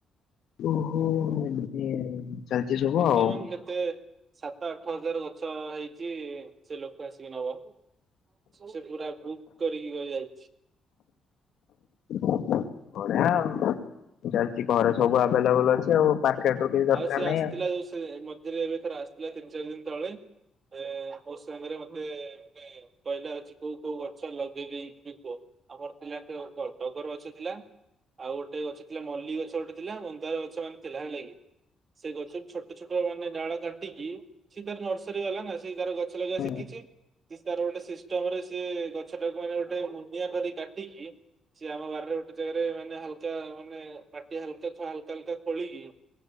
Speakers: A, on the left; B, on the right.
A: ଓହୋ <unintelligible>
B: ମିନିମ
A: ଆଉ
B: କେତେ ସାତ ଆଠ ହଜାର ଗଛ ହେଇ <unintelligible> ସେ ଲୋକ ଆସିକି ନବ। ସେ ପୁରା ବୁକ୍ କରିକି ଯାଇଚି।
A: ବଢିଆ ଆଉ ଚାଲିଚି ଘରେ ସବୁ ଆଭେଲେବୁଲ ଅଛି। ଆଉ ମାର୍କେଟ ରୁ କିଛି ଦରକାର
B: ଆଉ ସେ ଆସିଥିଲା
A: ନାହିଁ
B: ଯୋଉ ସେ ମଝିରେ ଏବେ ଥରେ ଆସିଥିଲା ତିନି ଚାର ଦିନ ତଳେ। ଏ ମୋ ସାଙ୍ଗରେ ମତେ କହଲା ମାନେ ଅଛି କୋଉ କୋଉ ଗଛ ଲଗେଇ <unintelligible> କୁହ? ଆମର ଥିଲା <unintelligible> ଟଗର୍ ଗଛ ଥିଲା। ଆଉ ଗୋଟେ ଗଛ ଥିଲା ମଲ୍ଲ ଗଛ ଗୋଟେ ଥିଲା ମନ୍ଦାର ଗଛ ମାନେ ଥିଲା ହେଲା କି। ସେ ଗଛ ଛୋଟ ଛୋଟ ମାନେ ଡାଳ କାଟିକି ସେ ତାର ନର୍ସରୀ ବାଲା ନା ସେ ତାର ଗଛ ଲଗେଇବା
A: ହ୍ୟାଲୋ
B: ଶିଖିଚି। ତାର ଗୋଟେ ସିଷ୍ଟମ ରେ ସିଏ ଗଛ ଟାକୁ ମାନେ ଗୋଟେ ମୁନିଆ କରି କାଟିକି <unintelligible> ଗୋଟେ ଜାଗାରେ ମାନେ ହାଲକା ମାନେ ମାଟି ହାଲ୍କା ହାଲ୍କା ହାଲ୍କା ଖୋଳିକି